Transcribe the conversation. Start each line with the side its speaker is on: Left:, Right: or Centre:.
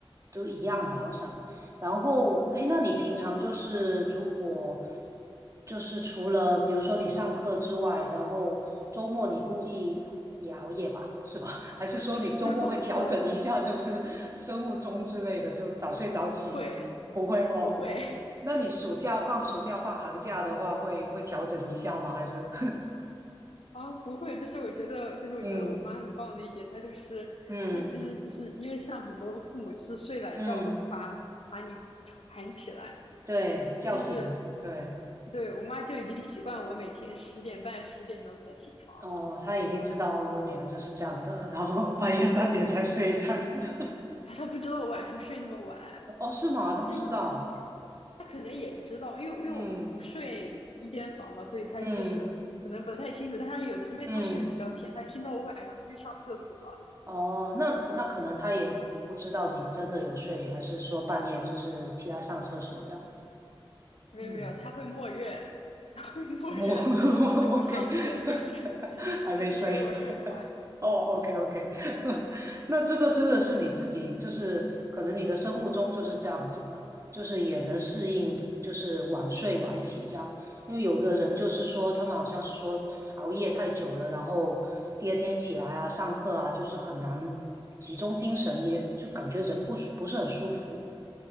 Right: 都一样的，好像。然后，哎，那你平常就是如果就是除了比如说你上课之外，然后周末你估计也熬夜吧，是吧？<laughs> 还是说你周末会调整一下，
Left: <laughs> 哦是的，
Right: 就是生物钟之类的，就早睡早起？
Left: 不会，
Right: 不会哦，OK。
Left: 不会
Right: 那你暑假放暑假放寒假的话，会会调整一下吗？还是？
Left: <laughs> 啊，不会。就是我觉得，就是我觉得我妈很棒的一点，
Right: <laughs> 嗯
Left: 她就是她其实就是因为像很多父母就是睡懒觉的话，
Right: 嗯嗯。
Left: 会把把你喊起来，
Right: 对，叫醒，
Left: 但是
Right: 对，
Left: 对我妈就已经习惯我每天十点半、十点钟才起床了。
Right: 哦，他已经知道哦我女儿就是这样的，然后半夜三点才睡这样子。
Left: 对对，
Right: <laughs>
Left: 他他不知道我晚上睡那么晚，
Right: 哦，是吗？他不知道。
Left: 他可他可能也知道，因为因为我们不睡一间房嘛，
Right: 嗯
Left: 所以他就是可能不太清楚。
Right: 嗯
Left: 但他有的，因为他睡眠比较浅，
Right: 嗯，
Left: 他听到我晚上出去上厕所，
Right: 哦，那那可能他也不知道你真的有睡，还是说半夜只是起来上厕所这样子。
Left: 没有没有，
Right: 嗯，
Left: 他会默认，<laughs> 他会默认，
Right: 我
Left: 就是我上厕所就是
Right: <laughs> OK，<laughs>
Left: <laughs>
Right: 还没睡。
Left: 就是说我睡得晚。
Right: 哦，OK OK，<laughs> 那这个真的是你自己，就是可能你的生物钟就是这样子的，就是也能适应的，就是晚睡晚起这样。因为有的人就是说，他们好像是说熬夜太久了，然后第二天起来啊，上课啊，就是很难集中精神，也就感觉人不不是很舒服。